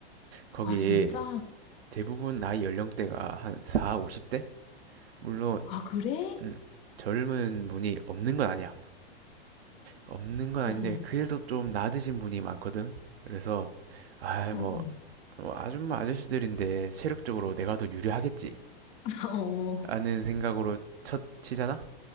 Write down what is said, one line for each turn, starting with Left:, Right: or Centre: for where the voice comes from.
Right: 거기
Left: 아, 진짜?
Right: 대부분 나이 연령대가 한 4, 50대? 물론
Left: 아, 그래?
Right: 음, 젊은 분이 없는 건 아니야 없는 건 아닌데
Left: 응, 응,
Right: 그래도 좀 낮으신 분이 많거든 그래서 아,
Left: 응,
Right: 뭐,
Left: 응.
Right: 어, 아줌마 아저씨들인데 체력적으로 내가 더 유리하겠지
Left: <laughs> 어,
Right: 라는 생각으로 첫 치잖아?